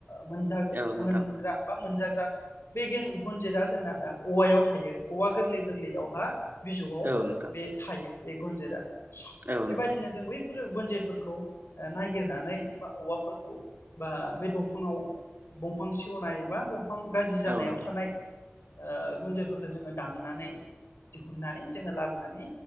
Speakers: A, on the left; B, on the right.
A: मोनजा ओ
B: औ नोंथां
A: मोनग्रा बा मोनजागोन बे गेन गुनजेतआ जोंना ओ औवायाव थायो औवा गोरलै गोरलैयावहा बिजौआव
B: औ नोंथां
A: बे थायो बे गुन्जिता
B: औ
A: बेबायदिनो
B: नोंथां
A: जों बै फोरो गुनजेरफोरखौ ओ नागिरनानै बा औवाफोरखौ बा बे दं फांआव दंफां सेवनाय बा बंफां गाज्रि जानायाव
B: औ नोंथां
A: थानाय ओ गुुनजेरफोरखो जोङो दाननानै दिहुननानै जोङो लाबोनानै